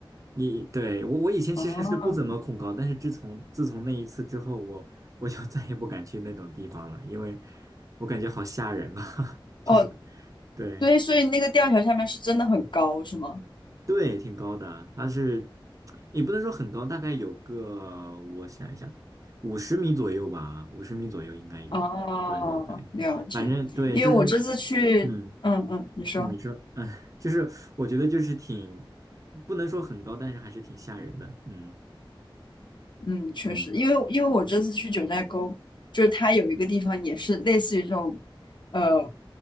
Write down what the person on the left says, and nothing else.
哦
哦，
对，所以那个吊桥下面是真的很高，是吗？
哦，
了解。
因为我这次去，
嗯嗯，你说，
嗯，确实，
因为因为我这次去九寨沟，就是它有一个地方也是类似于这种，呃，